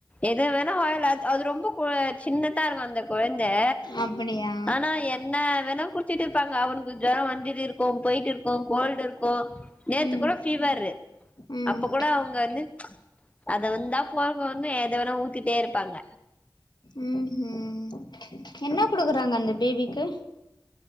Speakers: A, on the left; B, on the left.
A: எது வேணா வில் அ அது ரொம்ப சின்னதா இருக்கும் அந்த கொழந்தை
B: அப்டியா
A: ஆனா என்ன வேன குடிச்சட்டு இருப்பாங்க அவனுக்கு ஜோரம் வண்டிட்டு இருக்கோம் போயிட்டு இருக்கோம் கோல்டு இருக்கும் நேத்து
B: ம்
A: கூட ஃபீவர்
B: ம்
A: அப்போ கூட அவங்க வந்து அது வந்தா போற வந்து ஏத வேண ஊத்திட்டே இருப்பாங்க
B: உம் ஹும் என்ன குடுக்குறாங்க அந்த பேபிக்கு